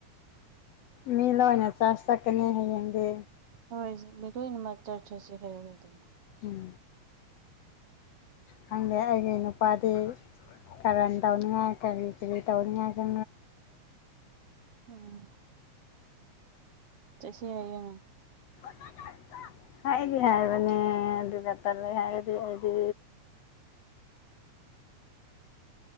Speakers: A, on the left; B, on the right.
A: ꯃꯤ ꯂꯣꯏꯅ ꯆꯥꯁ ꯆꯛꯀꯅꯤ ꯍꯌꯦꯡꯗꯤ
B: ꯍꯣꯏ ꯃꯗꯨ ꯏꯟ ꯃ ꯆꯔꯆꯁꯤ ꯍ ꯑꯗꯨ
A: ꯎꯝ ꯈꯪꯗꯦ ꯑꯩꯒꯤ ꯅꯨꯄꯥꯗꯤ ꯀꯔ ꯇꯧꯅꯤ ꯉꯥꯏ ꯀ ꯇꯧꯅꯤ ꯉꯥꯏꯔ
B: ꯎꯝ ꯆꯁ ꯍꯥꯏ ꯑ
A: <unintelligible> ꯍꯥꯏꯗꯤ ꯍꯥꯏꯕꯅꯦ ꯑꯗꯨꯒꯇꯥ ꯂꯩ ꯍꯥꯏꯗꯤ ꯑꯩꯗꯤ